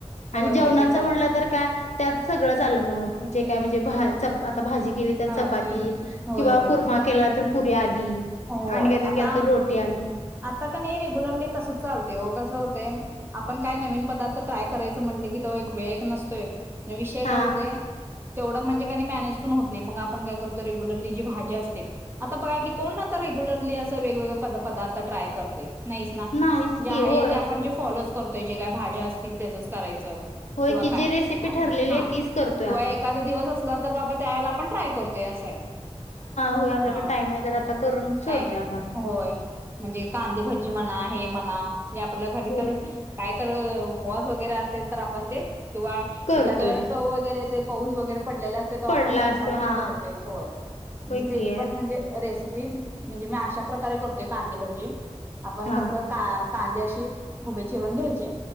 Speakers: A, on the left; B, on the right.
A: आणि
B: होय
A: जेवणाच
B: होय ते
A: म्हटलं
B: आहेच
A: तर काय त्यात सगळं आलं म जे काय म्हणजे भा चपा आता भाजी केली तर
B: भाजी
A: चपाती
B: होय
A: किंवा
B: होय
A: मा केला तर पुरी आली.
B: होय
A: आणि काहीतरी
B: आता
A: केलं तर रोटी आली.
B: आता कनय रेग्युलरली तसच चालतय वो कसं होतय आपण काय नवीन पदार्थ ट्राय करायचं म्हणले की तो एक वेळ एक नसतोय आणि विषय काय
A: हा
B: होतय तेवढ म्हणजे आणि मॅनेज पण होतं नाय मंग असपण काय करतोय रेग्युलरली जी भाजी असते आता बघा की, कोणं आता रेग्युलरली अ ते वेगवेगळे पदा पदार्थ ट्राय करतय नाहीचं ना
A: नाहीच
B: जे
A: की
B: आहे
A: होय
B: ते आपण जे फॉलो चं करतोय जे काय भाज्या असतील त्याजच करायचं.
A: होय
B: किंवा
A: की
B: काय
A: जी रेसिपी
B: आणि
A: ठरलेली
B: हा
A: आहे तीच करतोय
B: किंवा
A: आपण
B: एखादा दिवस अस किंवा तर बाबा त्यावेळेला आपण ट्राय करतोय असं हाय. हा
A: होय आपल्याकडे टाइम आहे
B: हो
A: तर आता करून सोडतोय
B: टाईम
A: आपण
B: होय. म्हणजे कांदभजी म्हणा हे म्हणा हे आपल्या घरी
A: होय
B: तर
A: की
B: काय तर उपवास वगैरे असेल तर आपण ते किंवा
A: करतोय
B: एखाद्या वेळे चव वगैरे येते पऊस वगैरे पडलेला असतोय तवा
A: पडला
B: आपण हमकास
A: असतो
B: ते
A: हा
B: करतोयचं होय म्हणजे
A: होय
B: तेजी
A: की
B: पण म्हणजे रेसि तीन म्हणजे मी अशा प्रकारे करतोय कांदेभजी आपण
A: हा
B: कसं का कांदे असे हुभे चिरून घ्यायचे